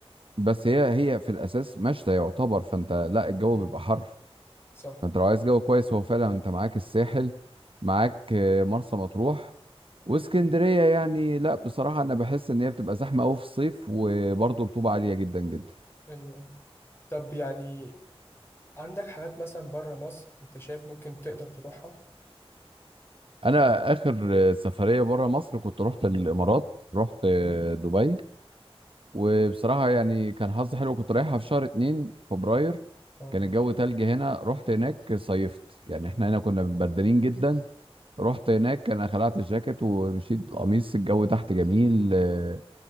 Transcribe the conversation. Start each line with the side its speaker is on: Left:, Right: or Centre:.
Right: بس هي هي في الاساس مشتى يعتبر فانت لا الجو
Left: مم.
Right: بيبقى حر
Left: صح
Right: فانت لو عايز جو كويس هو فعلا انت معاك الساحل معاك آه، مرسى مطروح واسكندريه
Left: مم.
Right: يعني لا بصراحه انا بحس ان هي بتبقى زحمه قوي في الصيف وبرضه رطوبه عاليه جدا جدا
Left: أيوه أيوه طب يعني عندك حاجات مثلا بره مصر أنت شايف ممكن تقدر تروحها؟
Right: انا اخر آه، سفريه بره مصر كنت رحت الامارات رحت آه،
Left: مم.
Right: دبي وبصراحه يعني كان حظي حلو كنت رايحها في شهر 2 فبراير
Left: اه
Right: كان الجو تلج هنا رحت هناك صيفت يعني احنا هنا كنا بردانين جدا رحت هناك انا خلعت الجاكيت ومشيت بالقميص الجو تحت جميل آه،